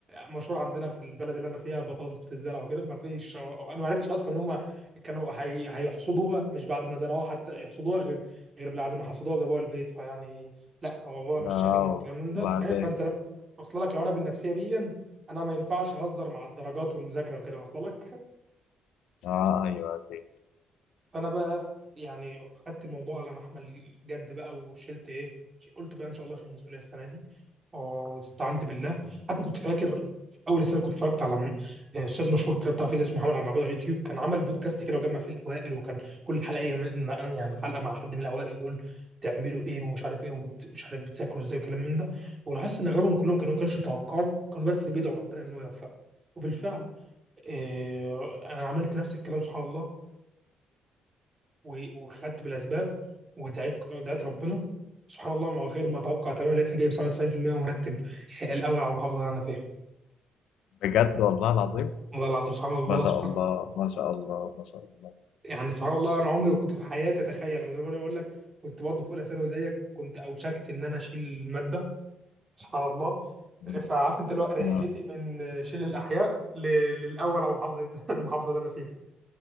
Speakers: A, on the right; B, on the left.
A: مشهور عندنا في البلد اللي انا فيها بطاطس بتتزرع وكده ما فيش انا ما عرفتش اصلا ان هم كانوا هي... هيحصدوها مش بعد ما زرعوها حتى يحصدوها غير غير بعد ما حصدوها وجابوها البيت فيعني لا هو بابا مش
B: اه
A: شاغلني بالكلام من ده
B: وبعدين
A: فاهم فانت لم- اصل لك لو انا بالنفسيه دي انا ما ينفعش اهزر مع الدرجات والمذاكره وكده اصل لك
B: اه ايوه دي
A: فانا بقى يعني خدت الموضوع على محمل جد بقى وشلت ايه ش- قلت بقى ان شاء الله اشيل المسؤوليه السنه دي واستعنت بالله حتى كنت فاكر في اول السنه كنت اتفرجت على م- آه، استاذ مشهور كده بتاع فيزياء اسمه محمد عبد المعبود على اليوتيوب كان عمل بودكاست كده وجمع في الاوائل وكان كل حلقه يم- يعني حلقه مع حد من الاوائل ويقول تعملوا ايه ومش عارف ايه ومش عارف بتذاكروا ازاي وكلام من ده ولاحظت ان اغلبهم كلهم كانوا ما كانوش يتوقعوا كانوا بس بيدعوا ربنا ان هو يوفقه وبالفعل آه، انا عملت نفس الكلام سبحان الله و- وخدت بالاسباب ودعيت دعيت ربنا سبحان الله مع غير ما اتوقع تماما لقيتني جايب 97% ومرتب <laughs> الاول على المحافظه اللي انا فيها
B: بجد والله العظيم
A: والله العظيم سبحان الله
B: ما شاء
A: سبحان
B: الله ما شاء الله ما شاء الله
A: يعني سبحان الله انا عمري ما كنت في حياتي اتخيل أنا زي ما انا اقول لك كنت برضه في اولى ثانوي زيك كنت اوشكت ان انا اشيل الماده سبحان الله
B: مم.
A: فعارف انت اللي هو رحلتي
B: آه.
A: من شيل الاحياء ل- للاول على المحافظه <laughs> المحافظه اللي انا فيها